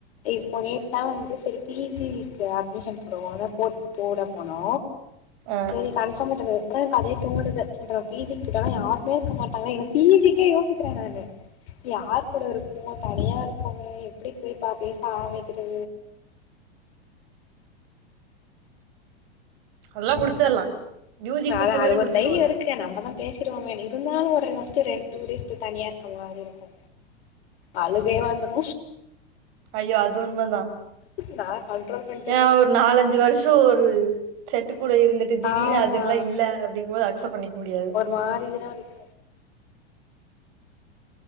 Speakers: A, on the left; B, on the right.
A: இப்போ நேத் தா வந்து சரி பி ஜி க்கு அட்மிஷன் போடுவோன் போட் போட போனோ
B: ஆ
A: சரி கன்ஃபார்ம் ஆயிட்ட அப்றோ எனக்கு அதே தோனுது அப்றோ பி ஜிக் போட்டாங்னா யாருமே இருக்க மாட்டாங்க எனக்கு பி ஜிக்கே யோசிக் க்ற நானு யார் கூட இருப்போ தனியா இருக்கமே எப்டி போய் ப்ப பேச ஆரம்பிக்கறது
B: நல்லா புடிச்சிர்லா
A: ம்
B: யூஜி புடிச்ச
A: ஆனா
B: மாரி
A: அது ஒரு
B: புடிச்சிருவல்ல
A: தைரியோ இருக் கு நம்ப தா பேசிருவோமே இருந்தாலு ஒரு ஃபர்ஸ்ட் ரெண் டூ டேஸ்கு தனியா இருக்க மாரி இருக்கு அழுகையே வந்துரு
B: ஐயோ அது உண்மதா
A: நா கண்ட்ரோல் பண்ட்டுரு
B: ஏன்னா ஒரு நாலஞ்சு வருஷோ ஒரு செட்டு கூட இருந்துட் டு திடீர்னு
A: ஆமா
B: அதுங்கல்லா இல்ல அப்டிங் போது அக்சப்ட் பண்ணிக் முடியாது
A: மாரி தா இருக்